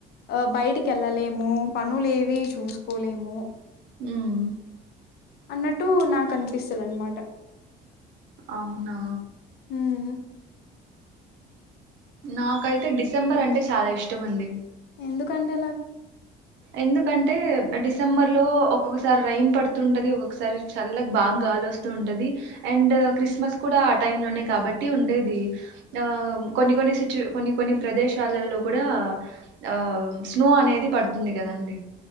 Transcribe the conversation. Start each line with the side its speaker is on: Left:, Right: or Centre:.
Left: ఆ బయటికి వెళ్లలేం పనులేవి చూసుకోలేము
Right: మ్మ్
Left: అన్నట్టు నాకు అనిపిస్తుంది అన్నమాట
Right: అవునా
Left: మ్మ్
Right: నాకైతే డిసెంబర్ అంటే చాలా ఇష్టం అండి
Left: ఎందుకండి అలాగా
Right: ఎందుకంటే డిసెంబర్ లో ఒక్కొక్కసారి రైన్ పడుతుంటది ఒక్కొక్కసారి చల్లకు బాగా గాలి వస్తూ ఉంటది అండ్ క్రిస్మస్ కూడా ఆ టై లోనే కాబట్టి ఉండేది ఆ కొన్ని కొన్ని సిచ్యు కొన్ని కొన్ని ప్రదేశాలలో కూడా ఆ స్నో అనేది పడుతు తుంది కదండి